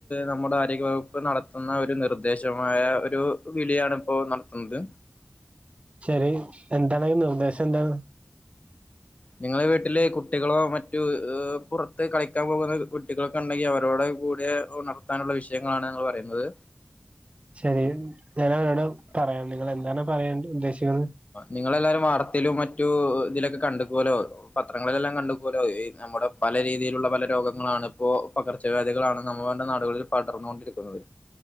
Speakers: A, on the left; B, on the right.
A: നമ്മുടെ ആരോഗ്യവകുപ്പ് നടത്തുന്ന ഒരു നിർദ്ദേശമായ ഒരു വിളിയാണ് ഇപ്പോ നടത്തുന്നത്
B: ശരി എന്താണ് ഈ നിർദ്ദേശം എന്താണ്
A: നിങ്ങളെ വീട്ടില് കുട്ടികളോ മറ്റു പുറത്ത് കളിക്കാൻ പോകുന്ന കുട്ടികളൊക്കെ ഉണ്ടെങ്കി അവരോടെ കൂടെ ഉണർത്താനുള്ള വിഷയങ്ങളാണ് ഞങ്ങള് പറയുന്നത്.
B: ശരി ഞാൻ അവരോട് പറയാം നിങ്ങള് എന്താണ് പറയാൻ ഉദ്ദേശിക്കുന്നത്
A: നിങ്ങളെല്ലാരും വാർത്തയിലും മറ്റു ഇതിലൊക്കെ കണ്ടുക്കുവോലോ പത്രങ്ങളിലെല്ലാം കണ്ടുക്കുവോലോ ഈ നമ്മുടെ പല രീതിയിലുള്ള പല രോഗങ്ങളാണ് ഇപ്പോ പകർച്ചവ്യാധികളാണ് നമ്മടെ നാടുകളിൽ പടർന്ന് കൊണ്ടിരിക്കുന്നത്.